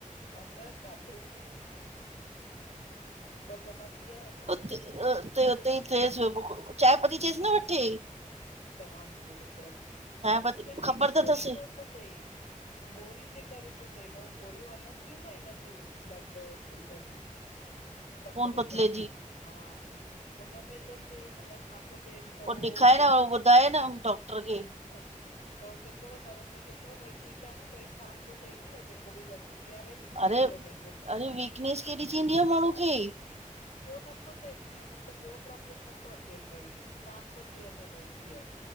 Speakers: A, on the left; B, on the right.
A: अंदर बाथरूम में।
B: <inaudible>
A: ॿ दफ़ा थी आया आहिनि हाणे
B: ते
A: बि
B: उते उते ई थएसि चाय पती चाइस न वठी ट
A: चवान <unintelligible> हिननि
B: पती
A: खे
B: ख़बर
A: बि गोरी
B: त तसि
A: जो थो थिए गोरी जे करे। गोरियूं हलनि थियूं न हिन जूं ब्लड हिनजी। पतरे
B: खून पतले
A: थियण जी हा हुनमें थो थिए हिन लाइ। छा थो थिए त उहो
B: पो ॾेखाए
A: डॉक्टर।
B: न उहो ॿुधाए न डॉक्टर खे
A: त चए थो नरेंद्र चए थो भई ठीकु आहे न पेट साफ़ थो थिई न भई जेको बि गंदगी। भई निकरी
B: अरे
A: थी वञे गोरिन
B: अरे
A: सां।
B: वीकनेस केॾी थींदी आ माण्हू खे
A: उह नथो थिनि ईअ मतलब ॿियो प्रॉब्लम नथो अचे भई साफ़ थो थी वञे भई जीअं।